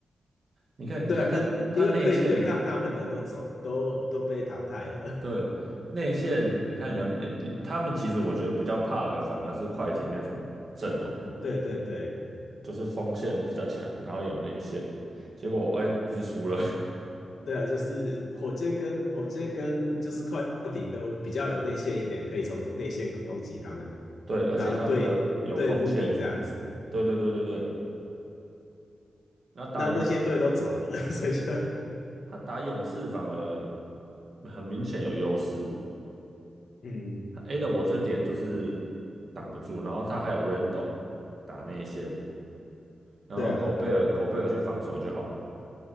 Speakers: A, on the right (about 40°); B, on the left (about 60°).
A: 你看你看他他内线
B: 对啊，可因为可以对抗他们的都走都都被淘汰了。
A: 对内线，
B: <laughs>
A: 你看你要内内他们其实我觉得比较怕的反而是快艇那种阵容的。
B: 对对对
A: 就是锋线比较强，然后有内线，结果哎已经输了，<laughs>
B: 对啊，就是火箭跟火箭跟就是快艇都比较有内线一点，可以从内线攻击他们，
A: 对，而且他们的有锋线，
B: 然后对对 Rudy 这样子。
A: 对对对对对，那打勇
B: 那那些队都走了，<laughs> 所以就
A: 他打勇士反而很明显有优势，
B: 嗯，
A: 他 A 的我这点就是挡不住，然后他还有 Randle 打内线，然后狗贝尔狗贝尔去防守就好了，
B: 对啊，